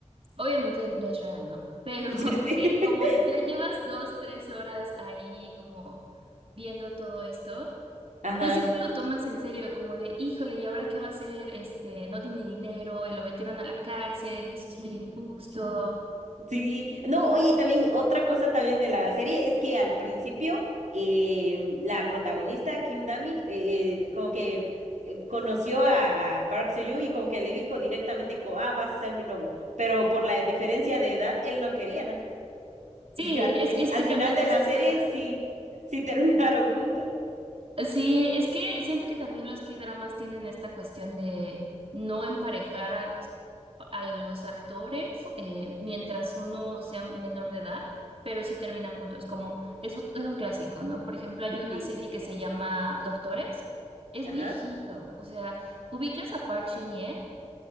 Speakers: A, on the right; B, on the right.
A: obviamente no es real, ¿no? Pero
B: Sí,
A: <laughs>
B: sí.
A: que
B: <laughs>
A: como ya llevas dos, tres horas ahí como viendo todo esto,
B: Ajá,
A: pues sí te lo tomas en serio, como de, híjole, ¿y ahora qué va a hacer? Este, no tiene dinero y lo metieron a la cárcel y eso es muy injusto.
B: sí. No, oye, también otra cosa también de la serie es que al principio em, la protagonista, Kim Dami, eh, eh, como que eh, conoció a, a Park Seo-joon y como que le dijo directamente como, ah, vas a ser mi novio. Pero por la diferencia de edad, él no quería, ¿no? <laughs>
A: Sí,
B: Y al
A: es,
B: fi-
A: es
B: al
A: que
B: final
A: también
B: de
A: es
B: la
A: eso
B: serie sí, sí terminaron juntos.
A: Sí, es que siento que también los K-dramas tienen esta cuestión de no emparejar a las a los actores eh, mientras uno sea menor de edad, pero sí terminan juntos, como es, un- es un clásico, ¿no? Por ejemplo, hay una
B: Sí.
A: serie que se llama Doctores, es
B: Ajá.
A: viejito, o sea, ubicas a Park Shin-hye,